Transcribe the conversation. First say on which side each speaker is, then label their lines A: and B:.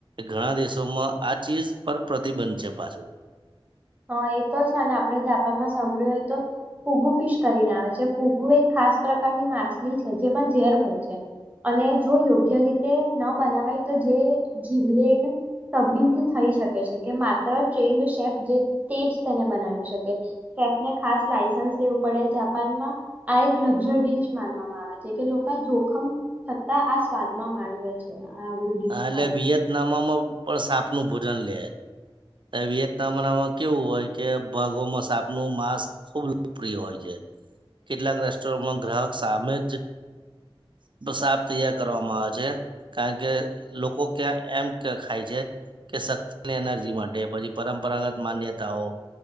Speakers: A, on the right (about 55°); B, on the right (about 15°).
A: ઘણા દેશોમાં આ ચીઝ પર પ્રતિબંધ છે, પાછો.
B: હા એ તો છે અને આપડણે જાપાનમાં સાંભળ્યું હોય તો. ફુગુ ફિશ કરીને આવે છે ફુગુ એક ખાસ પ્રકારની માછલી છે જેમાં ઝેર હોય છે અને જો યોગ્ય રીતે ન બનાવાય તો જે જીવલેણ તબિંધ થઈ શકે છે કે માત્ર શેફ જે. તેજ તેને બનાવી શકે શેફને ખાસ લાઈસન્સ લેવું પડે જાપાનમાં આ એક લક્ઝરી ડડીશ. માનવામાં આવે છે લોકો જો. ખમ. છતાં આ સ્વાદ માં માણવે છે. આવું ડીશ
A: ા એટલે
B: ખાય છે
A: વિયેતનામમાં. પણ સાપ નું ભોજન લે. વિયેતનામ નામાં કેવું હોય કે ભાગોમાં સાપ નું માંસ ખુબ લોકપ્રિય હોય છે કેટલાક રેસ્ટોરમાં ગ્રાહક સામે જ સાપ તૈયાર કરવામાં આવે છે કારણ કે લોકો ક્યાં એમ ખાય છે કે શક્તિની એનર્જી માટે. પછી પરંપરાગત માન્યતાઓ